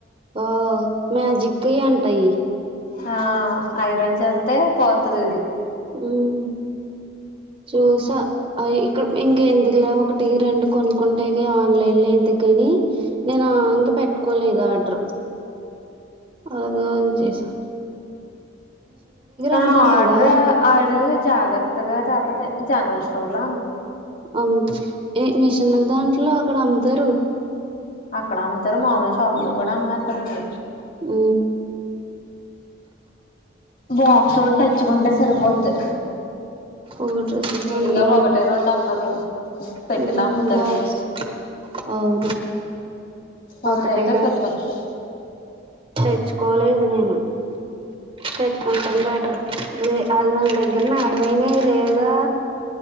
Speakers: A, on the right (about 30°); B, on the left (about 45°).
A: ఆ మ్యాజిక్ వి అంటా అయ్యి
B: హ ఐరన్ చేత్తే పోతది ఇది
A: హ్మ్మ్ చూసా ఇక్కడ ఇంక ఎందుకులే ఒకటి రెండు కొనుక్కుంటాయి ఆన్లైన్ లో ఎందుకుని నేను ఇంకా పెట్టుకోలేదు ఆర్డరు అలాగ అని చేసా
B: ఆ
A: అమ్ముతారు
B: ఆర్డర్
A: కదా
B: ఆడు జాగత్తగా తేకపోతే జనరల్ స్టోర్ లా
A: అ ఇది మిషన్ దాంట్లో అక్కడ అమ్ముతారు
B: అక్కడ అమ్ముతారు మామూలు షాపు లో కూడా అమ్మేత్తారు అండి
A: ఊ
B: బాక్స్ కూడా తెచ్చుకుంటే సరిపోద్ది.
A: ఒకటి
B: విడిగా
A: రెండు
B: ఒకటే రెండు అమ్మరు. పెట్టలామ్ముతరు
A: హ్మ్ బాక్స్
B: ఇయి
A: అవును
B: ఒకటైతే
A: ఒకటే
B: సరిపోతది.
A: తెచ్చుకోలేదు నేను, తెచ్చుకుంటాను లాటరు ఇదే అన్ని ఉండాయ్ దగ్గర నా అడుమేనే లేదుగా